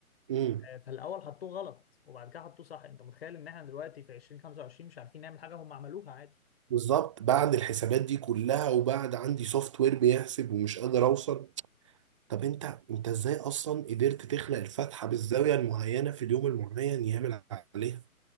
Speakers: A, on the right; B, on the left.
A: امم
B: آه، فالاول حطوه غلط وبعد كده حطوه صح انت متخيل ان احنا دلوقتي في 2025 مش عارفين نعمل حاجه هم عملوها عادي
A: بالظبط بعد الحسابات دي كلها وبعد عندي سوفت وير بيحسب ومش قادر اوصل طب انت انت ازاي اصلا قدرت تخلق الفتحه بالزاويه المعينه في اليوم المعين يعمل عليها